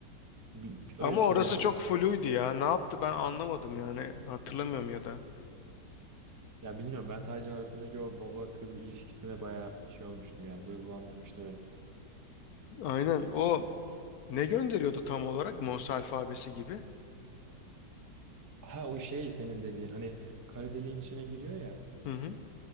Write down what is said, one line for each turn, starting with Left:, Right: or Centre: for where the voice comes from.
Right: Bir- bir-
Left: Ama
Right: öyle bir şey
Left: orası
Right: vardı.
Left: çok fluydu ya. Ne yaptı ben anlamadım yani. Hatırlamıyorum ya da.
Right: Ya bilmiyorum ben sadece arasındaki o baba kız ilişkisine bayağı şey olmuştum yani duygulandırmıştı beni.
Left: Aynen o ne gönderiyordu tam olarak? Morse alfabesi gibi.
Right: Ha o şey senin dediğin hani kara deliğin içine giriyor ya.
Left: Hı hı